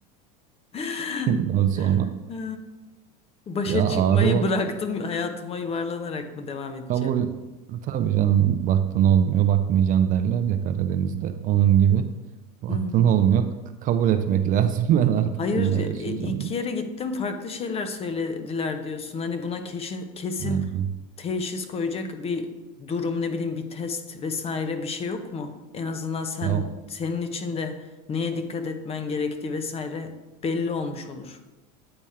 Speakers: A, on the left (about 30°); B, on the right (about 40°).
A: <laughs>
B: Bundan sonra
A: Ha, Başa
B: ya ağrı
A: çıkmayı
B: o-
A: bıraktım hayatıma yuvarlanarak mı devam edeceğim?
B: kabul tabii canım baktın olmuyor bakmayacaksın derler ya Karadeniz'de onun gibi baktın
A: Hı hı.
B: olmuyor k- kabul etmek lazım <laughs> ben artık
A: Hayır
B: bununla
A: e,
B: yaşayacağım.
A: e, iki yere gittim farklı şeyler söylediler diyorsun. Hani buna kesin, kesin
B: Aynen.
A: teşhis koyacak bir durum ne bileyim bir test vesaire bir şey yok mu? En azından sen
B: Ya
A: senin için de neye dikkat etmen gerektiği vesaire belli olmuş olur.